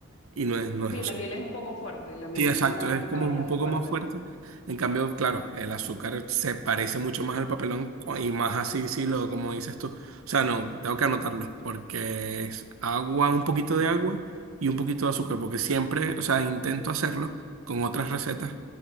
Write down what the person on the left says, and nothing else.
Sí,
la
miel es un poco fuerte, la miel,
la,
la
verdad,
es fuerte.